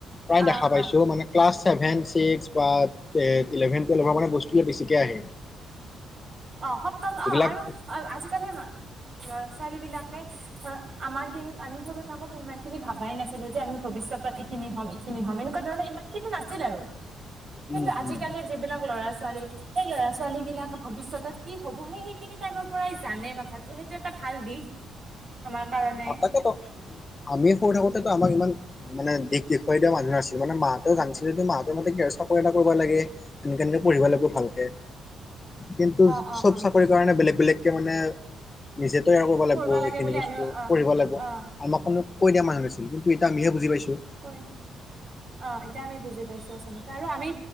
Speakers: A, on the left; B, on the right.
A: প্ৰায়
B: অ
A: দেখা পাইছো
B: অ
A: মানে ক্লাছ চছেভেন ছিক্স বা ইভেনটেলভৰ মানে বস্তু বেছিকে আহে
B: অ সপ্ত
A: যিবিলাক
B: অ আৰু অ আজিকালি লৰা ছোৱালী বিলাকে ধ আমাৰ দিনত আমি সৰু থাকোতেো ইমান খিনি ভাবাই নাছিলো যে আমি ভৱিষ্যতত এইখিনি হম খিনি হ'ম এনেকুৱা ধৰণৰ ইমান খিনি নাছিল আৰু কিন্তু
A: উম
B: আজিকালিৰ
A: উম
B: যিবিলাক ল'ৰা ছোৱালী সেই ল'ৰা ছোৱালী বিিলাক ভৱিষ্যতত কি হ'ব সেই সেইখিনি টাইমৰ পৰাই জানে কথাটো সেইটো এটা ভাল দিশ আমাৰ কাৰণে
A: তাকেত আমি সৰু থাকোতেতো আমাক ইমান মানে দিশ দেখুৱাই দিয়া মানুহ নাছিলে মানে মাহতে জানছিলে মাহতে মতে কেৰ চাকৰি এটা কৰিব লাগে তেনেকে এনেকে পঢ়িব লাগিব ভালকে কিন্তু
B: অ অ
A: চব
B: অ
A: চাকৰি কাৰণে বেলেগ বেলেগকে মানে নিজে তৈয়াৰ কৰিব লাগিব
B: পঢ়বা লাগে
A: এইখিনি
B: বুলি
A: বস্তু
B: আমি অ
A: পঢ়িব লাগিব
B: অ
A: আমাক কোনো কৈিয়া মানহ নছিলন্তু এয়া আমিহ বুজি পাইোঁ
B: কই অ এতিয়া আমি বুজি পাইছো আচলতে আৰু আমি